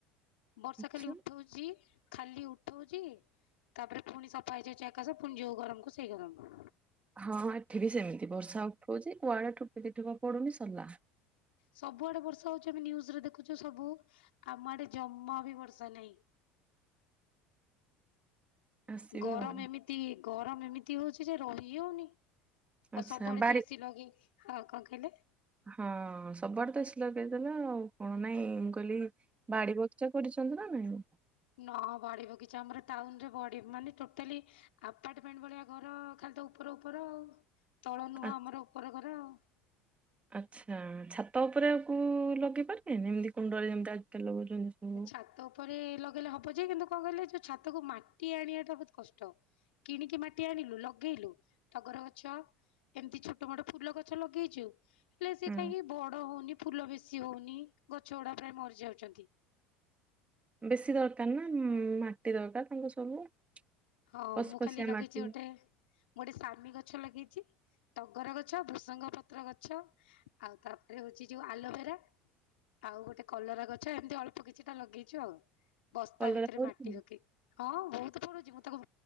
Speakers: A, on the left; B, on the right.
A: ବର୍ଷା
B: ଆଚ୍ଛା।
A: ଖାଲି ଉଠଉ ଚି, ଖାଲି ଉଠଉଚି ତାପରେ ଫୁଣି ସଫା ହେଇଯାଉଚି ଆକାସ, ପୁଣି ଯୋଉ ଗରମ କୁ ସେଇ ଗରମ।
B: ହଁଁ, ଏଠି ବି ସେମିତି ବର୍ଷା ଉଠଉଛି କୁଆଡେ ଠୋପେ ଦିଠୋପା ପଡୁନି, ସରିଲା।
A: ସବୁଆଡେ ବର୍ଷା ହଉଛି ଆମେ ନିୟୁଜୁ ରେ ଦେଖୁଛୁ ସବୁ ଆମ ଆଡେ ଜମା ବି ବର୍ଷା ନାହିଁ।
B: ଆସିବ
A: ଗରମ
B: ଆଉ।
A: ଏମିତି ଗରମ ଏମିତି ହଉଛି ଯେ ରହି ହଉନି। ଅ
B: ଆଚ୍ଛା
A: ସବୁଆଡେ
B: ବାରି
A: ତ ଏସି ଲଗେଇ, ହଁ କଣ କହିଲେ?
B: ହଁ ସବୁଆଡେ ତ ଏସି ଲଗେଇଦେଲ ଆଉ କଣ ନାଇଁ ମୁଁ କହିଲି ବାଡି ବଗିଚା କରିଛନ୍ତି ନା ନାଇ ଆଉ?
A: ନା ବାଡ଼ିବଗିଚା ଆମର ଟାଉନ୍ ରେ ବଢି ମାନେ ଟୋଟାଲି ଆପାର୍ଟମେଣ୍ଟ ଭଳିଆ ଘର ଖାଲି ତ ଉପର ଉପର ଆଉ, ତଳ ନୁହଁ
B: ଆ
A: ଆମର ଉପର ଘର ଆଉ।
B: ଆଚ୍ଛା ଛାତ ଉପରେ ଆକୁ ଲଗେଇ ପାରିବେନି ଏମିତି କୁଣ୍ଡରେ ଯେମିତି ଆଜିକାଲି ଲଗଉଛନ୍ତି ସବୁ।
A: ଛାତ ଉପରେ ଲଗେଇଲେ ହବ ଯେ କିନ୍ତୁ କଣ କହିଲେ ଯୋଉ ଛାତକୁ ମାଟି ଆଣିବା ଟା ବହୁତ କଷ୍ଟ। କିଣିକି ମାଟି ଆଣିଲୁ, ଲଗେଇଲୁ ଟଗର ଗଛ ଏମିତି ଛୋଟ ମୋଟ ଫୁଲ ଗଛ ଲଗେଇଛୁ ହେଲେ ସେ
B: ହଁ
A: କାହିଁକି ବଡ ହଉନି, ଫୁଲ ବେଶି ହଉନି, ଗଛ ଗୁଡା ପ୍ରାୟ ମରିଯାଉଛନ୍ତି।
B: ବେଶୀ ଦରକାର ନା ଉନ୍ ମାଟି ଦରକାର ତାଙ୍କୁ ସବୁ।
A: ହଁ
B: ଫସଫସିଆ
A: ମୁଁ ଖାଲି ଲଗେଇଛି
B: ମାଟି
A: ଗୋଟେ, ମୁଁ ଗୋଟେ ସାମି ଗଛ ଲଗେଇଛି ଟଗର ଗଛ, ବୃସଙ୍ଗ ପତ୍ର ଗଛ, ଆଉ ତାପରେ ହଉଛି ଯଉ ଆଲୋଭେରା ଆଉ ଗୋଟେ କଲରା ଗଛ, ଏମିତି ଅଳ୍ପ କିଛିଟା ଲଗେଇଛୁ ଆଉ। ବସ୍ତା
B: କଲରା
A: ଭିତରେ
B: ହଉଛି?
A: ମାଟି ରଖି, ହଁ ମୁଁ ତ ପୁରଉଛି ମୁଁ ତାକୁ